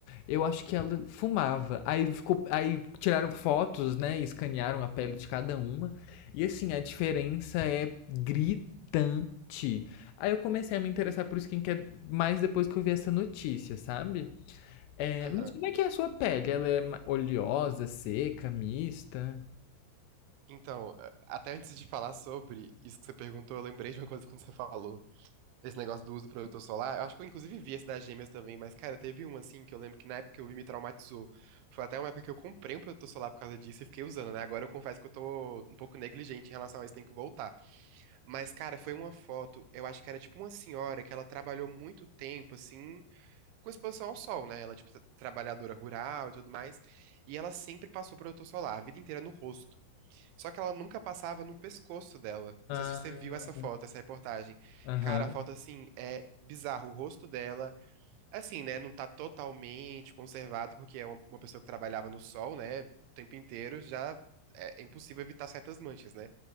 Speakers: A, on the left (about 80°); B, on the right (about 85°).
A: Eu acho que ela fumava. Aí ficou, aí tiraram fotos, né? Escanearam a pele de cada uma. E assim, a diferença é gritante. Aí eu comecei a me interessar por skincare mais depois que eu vi essa notícia, sabe? É,
B: Aham.
A: mas como é que é a sua pele? Ela é ma- oleosa, seca, mista?
B: Então, a- até antes de falar sobre isso que você perguntou, eu lembrei de uma coisa quando você falou. Esse negócio do uso do protetor solar. Eu acho que eu inclusive vi esse das gêmeas também, mas, cara, teve um assim que eu lembro que na época que eu vi me traumatizou. Foi até uma época que eu comprei um protetor solar por causa disso e fiquei usando, né? Agora eu confesso que eu tô um pouco negligente em relação a isso, tem que voltar. Mas, cara, foi uma foto, eu acho que era tipo uma senhora que ela trabalhou muito tempo, assim. com exposição ao sol, né? Ela é, tipo, trabalhadora rural e tudo mais. E ela sempre passou protetor solar, a vida inteira no rosto. Só que ela nunca passava no pescoço dela. Não
A: Ah,
B: sei se você viu essa foto, essa reportagem.
A: aham.
B: Cara, a foto, assim, é bizarro. O rosto dela Assim, né? Não tá totalmente conservado, porque é uma, uma pessoa que trabalhava no sol, né? O tempo inteiro já é, é impossível evitar certas manchas, né?